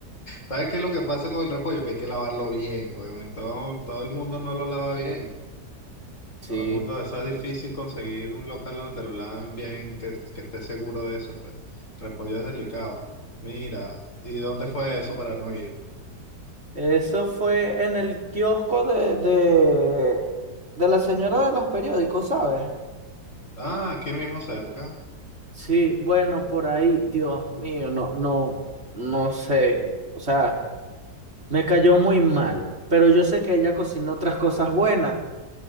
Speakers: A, on the left (about 45°); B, on the right (about 35°).
A: ¿Sabes qué es lo que pasa con el repollo? Que hay que lavarlo bien, weón. Todo, todo el mundo no lo lava bien.
B: Sí.
A: Todo el mundo, eso es difícil conseguir un local donde te lo laven bien, que, que estés seguro de eso, pues. Repollo es delicado. Mira, ¿y dónde fue eso para no ir?
B: Eso fue en el kiosco de, de, de la señora de los periódicos, ¿sabes?
A: Ah, aquí mismo cerca.
B: Sí, bueno, por ahí, Dios mío, no, no, no sé, o sea, me cayó muy mal, pero yo sé que ella cocina otras cosas buenas.